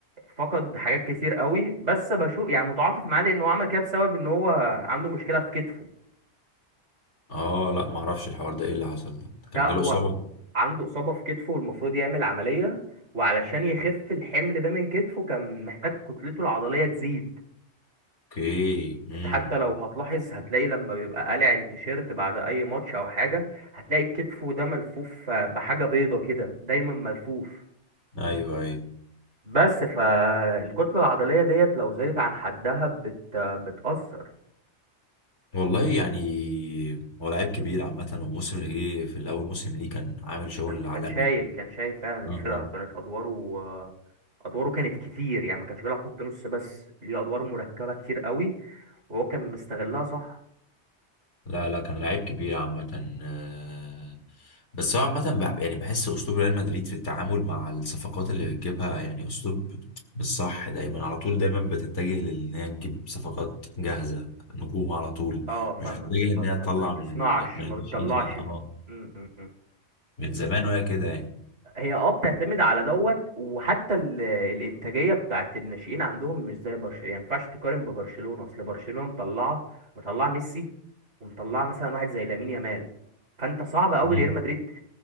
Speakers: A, on the right; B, on the left.
A: فقد حاجات كتير قوي بس بشوف يعني متعاطف معاه لان هو عمل كده بسبب ان هو عنده مشكلة في كتفه
B: اه لا معرفش الحوار ده ايه اللي حصل
A: ده
B: كان جاله
A: هو
B: اصابة
A: عنده إصابة في كتفه والمفروض يعمل عملية وعلشان يخف الحمل ده من كتفه كان محتاج كتلته العضلية تزيد
B: اوكي امم
A: انت حتى لو هتلاحظ هتلاقي لما بيبقى قالع التيشيرت بعد اي ماتش او حاجة هتلاقي كتفه ده ملفوف آه، بحاجة بيضة كده دايما ملفوف
B: ايوه ايوه
A: بس فالكتلة العضلية ديت لو زادت عن حدها بت... بتأثر
B: والله يعني هو لعيب كبير عامة والموسم اللي جه في الأول موسم ليه كان عامل شغل
A: كان
B: عالمي
A: كان شايل كان شايل فعلا الفرقة
B: آه.
A: وكانت أدواره آه، أدواره كانت كتير يعني ما كانش بيلعب خط نص بس ليه أدوار مركبة كتير قوي وهو كان مستغلها صح
B: لا لا كان لعيب كبير عامة آه، بس هو عامة بع- يعني بحس أسلوب ريال مدريد في التعامل مع الصفقات اللي بتجيبها يعني أسلوب مش صح دايما على طول دايما بتتجه لإن هي تجيب صفقات جاهزة نجوم على طول
A: اه فاهمك
B: مش بتتجه
A: ما
B: إن هي
A: ما
B: تطلع
A: بتصنعش
B: من ال- من الناشئين
A: ما بتطلعش
B: اللي اه
A: من... م- م- م.
B: من زمان وهي كده يعني
A: هي اه بتعتمد على دوت وحتى ال... الانتاجيه بتاعت الناشئين عندهم مش زي برشلونه يعني ما ينفعش تقارن ببرشلونه اصل برشلونه مطلعه مطلعه ميسي ومطلعه مثلا واحد زي لامين يامال فانت صعب قوي
B: مم.
A: ريال مدريد